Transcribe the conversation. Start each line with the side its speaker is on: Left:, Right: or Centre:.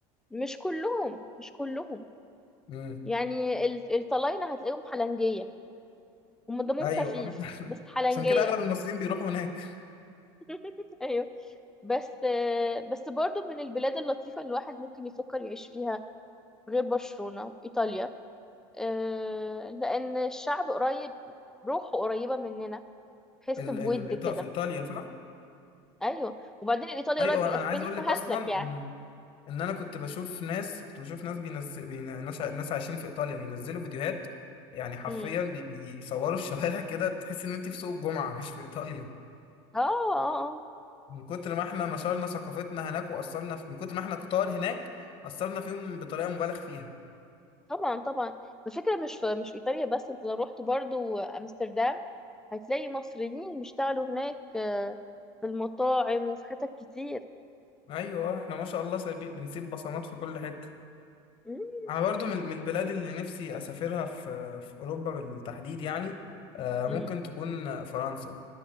Centre: مش كلهم مش كلهم
Left: امم
Centre: يعني ال- الطلاينة هتلاقيهم حلنجية هم دمهم
Left: أيوه
Centre: خفيف
Left: <laughs>
Centre: بس حلنجية
Left: عشان كده أغلب المصريين بيروحوا هناك
Centre: <laughs> ايوه بس بس برضو من البلاد اللطيفة اللي الواحد ممكن يفكر يعيش فيها غير برشلونة إيطاليا آه، لأن الشعب قريب روحه قريبة مننا حس
Left: ال...
Centre: بود
Left: ال...
Centre: كده
Left: إيطا- في إيطاليا صح؟
Centre: أيوه وبعدين الإيطالي
Left: أيوه
Centre: قريب من الأسباني
Left: أنا أنا عايز أقول
Centre: فهسلك
Left: لك أصلا
Centre: يعني
Left: إن إن أنا كنت بشوف ناس كنت بشوف ناس بينز... بين... ناس... ع- ناس عايشين في إيطاليا بينزلوا فيديوهات يعني حرفيا
Centre: مم.
Left: بي... بيصوروا الشوارع <laughs> كده تحس إن أنت في سوق الجمعة مش في إيطاليا
Centre: اه آه،
Left: من كتر ما إحنا نشرنا ثقافتنا هناك وأثرنا في... من كتر ما إحنا كتار هناك أثرنا فيهم بطريقة مبالغ فيها
Centre: طبعا طبعا الفكرة مش في مش في إيطاليا بس انت لو رحت برضو أمستردام هتلاقي مصريين بيشتغلوا هناك آه، في المطاعم وفي حتت كتير
Left: ايوه احنا ما شاء الله سايبين بنسيب بصمات في كل حته
Centre: مم،
Left: انا برضو من من البلاد اللي نفسي اسافرها في في اوروبا بالتحديد يعني آه،
Centre: مم،
Left: ممكن تكون فرنسا